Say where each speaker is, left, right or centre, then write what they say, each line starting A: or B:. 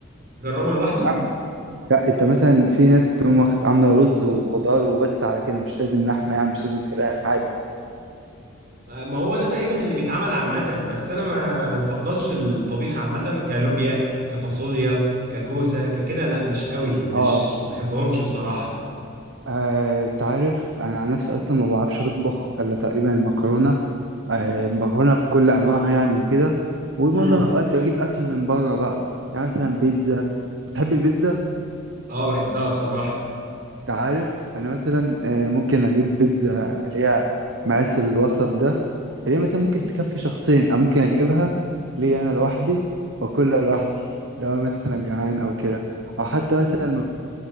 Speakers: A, on the right; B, on the right.
A: جربه لوحده
B: يا عم لا انت مثلا في ناس بتقوم واخ- عامله رز وخضار وبس على كده مش لازم لحمه يعني مش لازم فراخ عادي
A: آه، ما هو ده تقريبا اللي بيتعمل عامة بس أنا ما ما بفضلش الطبيخ عامة كلوبيا كفاصوليا ككوسة ككده لا مش قوي مش
B: اه
A: ما بحبهمش بصراحة
B: آه، تعرف انا عن نفسي اصلا ما بعرفش اطبخ الا تقريبا المكرونه آه، مكرونه بكل انواعها يعني وكده ومعظم
A: امم
B: الاوقات بجيب اكل من بره بقى يعني مثلا بيتزا بتحب البيتزا
A: اه بحبها بصراحة
B: تعرف انا مثلا آه، ممكن اجيب بيتزا اللي هي مقاس الوسط ده اللي هي مثلا ممكن تكفي شخصين او ممكن اجيبها ليا انا لوحدي واكلها لوحدي لو انا مثلا جعان او كده او حتى مثلا